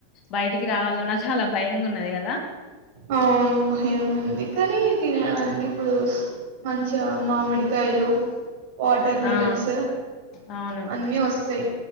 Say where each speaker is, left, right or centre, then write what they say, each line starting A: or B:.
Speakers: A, on the left; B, on the right.
A: బయటికి రావాలన్నా చాలా భయంగున్నది కద్
B: అవును భయం ఉంది కానీ తినడానికి ఇప్పుడు స్ మంచి చ మామిడికాయలు వాటర్ మిలన్స్
A: ఆ ఆ అవును
B: అన్నీ వస్తాయి.